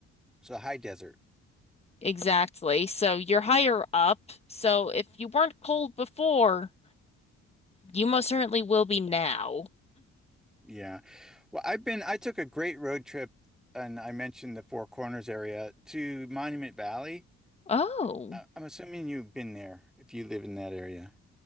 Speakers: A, in the centre; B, on the left.
A: So high desert.
B: Exactly. So you're higher up. So if you weren't cold before, you most certainly will be now.
A: Yeah. Well, I've been, I took a great road trip and I mentioned the Four Corners area to Monument Valley.
B: Oh.
A: I- I'm assuming you've been there if you live in that area.